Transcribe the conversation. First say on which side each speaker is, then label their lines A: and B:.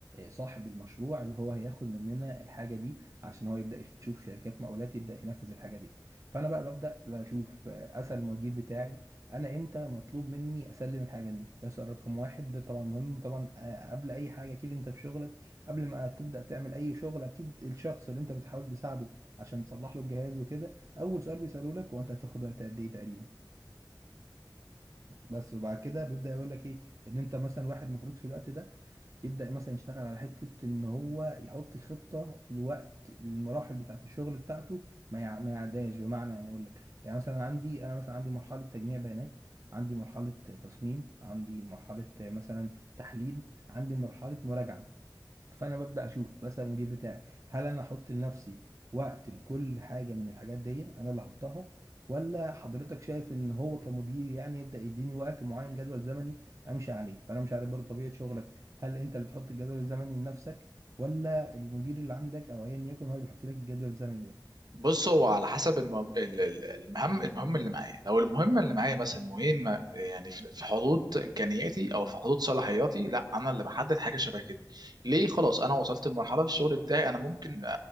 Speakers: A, on the right; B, on the right.
A: صاحب المشروع اللي هو هياخد مننا الحاجه دي عشان هو يبدا يشوف شركات مقاولات يبدا ينفذ الحاجه دي فانا بقى ببدا لا اشوف اسال المدير بتاعي انا امتى مطلوب مني اسلم الحاجه دي ده سؤال رقم واحد ده طبعا مهم طبعا آه، قبل اي حاجه كده انت في شغلك قبل ما تبدأ تعمل أي شغل أكيد الشخص اللي أنت بتحاول تساعده عشان تصلح له الجهاز وكده أول سؤال بيسأله لك هو أنت هتاخد وقت قد إيه تقريبا بس وبعد كده بيبدأ يقول لك إيه إن أنت مثلا واحد المفروض في الوقت ده يبدأ مثلا يشتغل على حتة إن هو يحط خطة لوقت المراحل بتاعة الشغل بتاعته ما يع- ما يعداش بمعنى يعني أقول لك يعني مثلا عندي أنا مثلا عندي مرحلة تجميع بيانات عندي مرحلة تصميم عندي مرحلة مثلا تحليل عندي مرحلة مراجعة فانا ببدا اشوف بسال المدير بتاعي هل انا احط لنفسي وقت لكل حاجه من الحاجات دي انا اللي احطها ولا حضرتك شايف ان هو كمدير يعني يبدا يديني وقت معين جدول زمني امشي عليه فانا مش عارف برضه طبيعه شغلك هل انت اللي بتحط الجدول الزمني لنفسك ولا المدير اللي عندك او ايا يكن هو اللي بيحط لك الجدول الزمني ده
B: بص هو على حسب الم- ال- ال- المهم المهم اللي معايا لو المهمه اللي معايا مثلا مهمه يعني في في حدود امكانياتي او في حدود صلاحياتي لا انا اللي بحدد حاجه شبه كده ليه خلاص انا وصلت لمرحله في الشغل بتاعي انا ممكن أ-